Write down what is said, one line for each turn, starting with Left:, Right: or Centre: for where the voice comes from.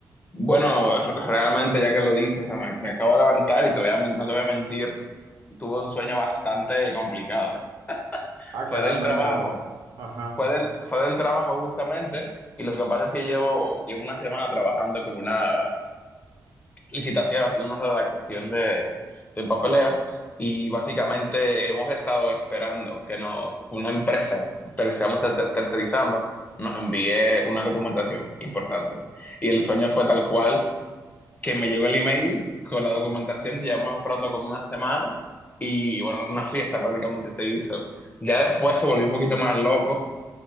Left: Bueno, realmente ya que lo dices, o sea, me, me acabo de levantar y te voy a men- no te voy a mentir, tuve un sueño bastante complicado.
Right: Ah,
Left: Fue
Right: caramba,
Left: del trabajo,
Right: pero... Ajá.
Left: fue del, fue del trabajo justamente, y lo que pasa es que llevo, llevo una semana trabajando con una licitación, haciendo una redactación de, de un papeleo, y básicamente hemos estado esperando que nos, una empresa, ter- estamos ter- tercerizando, nos envíe una documentación importante. Y el sueño fue tal cual que me llegó el email con la documentación que llevamos esperando como una semana y bueno, una fiesta prácticamente se hizo. Ya después se volvió un poquito más loco,